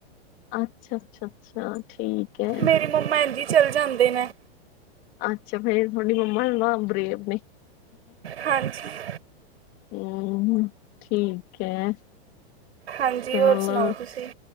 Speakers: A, on the left (about 35°); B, on the right (about 85°).
A: ਅੱਛਾ, ਅੱਛਾ-ਅੱਛਾ, ਠੀਕ। ਹੈ
B: ਮੇਰੀ ਮੰਮਾ ਇੰਝ ਈ ਚੱਲ ਜਾਂਦੇ ਨੇ।
A: ਅੱਛਾ, ਫੇਰ ਤੁਆਡੀ ਮੰਮਾ ਬਾਹ ਬ੍ਰੇਵ ਨੇ।
B: ਹਾਂਜੀ।
A: ਹੁੰ, ਠੀਕ ਐ।
B: ਹਾਂਜੀ
A: ਚਲੋ।
B: ਹੋਰ ਸੁਣਾਓ ਤੁਸੀਂ